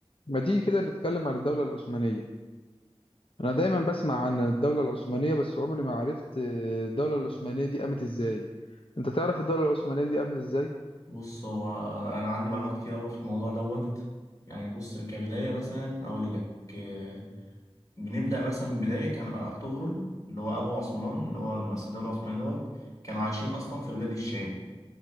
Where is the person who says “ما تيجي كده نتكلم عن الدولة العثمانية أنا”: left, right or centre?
Left